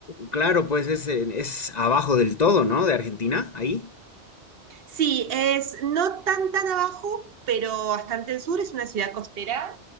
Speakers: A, on the left; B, on the right.
A: Claro, pues es, en- es abajo del todo, ¿no? De Argentina, ahí.
B: Sí, es no tan tan abajo, pero bastante al sur. Es una ciudad costera,